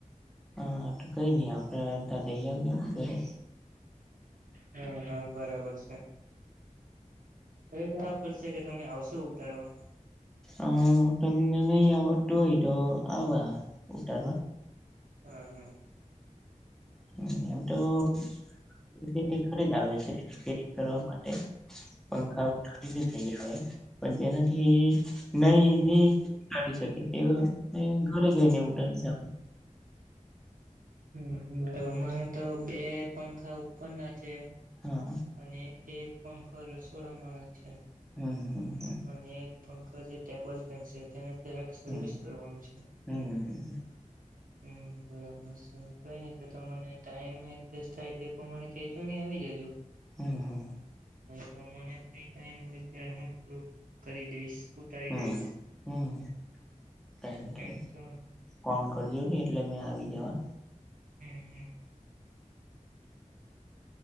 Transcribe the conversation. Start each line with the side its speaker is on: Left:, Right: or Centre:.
Centre: હા તો કઈ નઈ આપડે ત લઈ આવજોને ઘરે
Right: હા હા બરાબર છે એ જવા પડશે કે તમે આવશો ઉતારવા
Centre: અ તમને નહી આવડતું હોય તો આવવા ઉતારવા
Right: હમ હમ
Centre: હમ એમ તોું <unintelligible> આવે છે રીપેરીંગ કરવા માટે પંખા <unintelligible> પણ તેનાથી નહી ની કરી શકે તે ઘરે જઈને ઉડાડી ના
Right: હમ્મ હમ્મ બરાબર મારે તો બે પંખા ઉપર ના છે
Centre: હા
Right: અને એક પંખો રસોડામા છે.
Centre: હમ્મ હમ્મ હમ્મ
Right: અને એક પંખો જે ટેબલ ફેન છે તેને જરાક સર્વિસ
Centre: હમ
Right: કરવાનું છે.
Centre: હમ
Right: હમ્મ બરાબર છે કઈ ની તો તમને ટાઈમ એકજેસ થાય તે પ્રમાણે કેજો ની આવી જાજો
Centre: હમ્મ હમ્મ
Right: હ તો મને ફ્રી ટાઈમ હોય ત્યારે હું થોડું કરી દઈશ. ઉતારી
Centre: હમ્મ
Right: દઈશ
Centre: હમ્મ કઈની કઈની
Right: એમ તો
Centre: ફોન કરજો ને એટલે મેં આવી જવા
Right: હમ્મ હમ્મ